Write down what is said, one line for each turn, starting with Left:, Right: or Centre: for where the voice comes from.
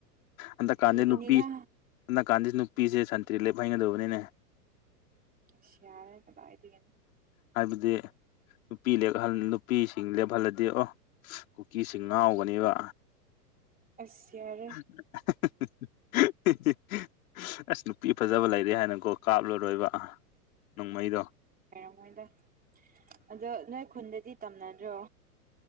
Left: ꯍꯟꯗꯛꯀꯥꯟꯗꯤ
Right: ꯀꯤꯒꯅꯤꯗ
Left: ꯅꯨꯄꯤ ꯍꯟꯗꯛꯀꯥꯟꯗꯤ ꯅꯨꯄꯤꯖꯦ ꯁꯟꯇ꯭ꯔꯤ ꯂꯦꯞꯍꯟꯒꯗꯧꯕꯅꯤꯅꯦ꯫
Right: ꯏꯁ ꯌꯥꯔꯦ ꯀꯗꯥꯏꯗꯒꯤꯅꯣ
Left: ꯍꯥꯏꯕꯗꯤ ꯅꯨꯄꯤ ꯂꯦꯛꯍꯜ ꯅꯨꯄꯤꯁꯤꯡ ꯂꯦꯞꯍꯜꯂꯗꯤ ꯑꯣ ꯀꯨꯀꯤꯁꯤꯡ ꯉꯥꯎꯒꯅꯦꯕ꯫
Right: ꯑꯁ ꯌꯥꯔꯦ
Left: <unintelligible> <unintelligible> ꯑꯁ ꯅꯨꯄꯤ ꯐꯖꯕ ꯂꯩꯔꯦ ꯍꯥꯏꯅꯀꯣ ꯀꯥꯞꯂꯔꯣꯏꯕ꯫ ꯅꯣꯡꯃꯩꯗꯣ
Right: ꯂꯩꯔꯝꯃꯣꯏꯗ ꯑꯗꯣ ꯅꯣꯏ ꯈꯨꯟꯗꯗꯤ ꯇꯝꯅꯗ꯭ꯔꯣ꯫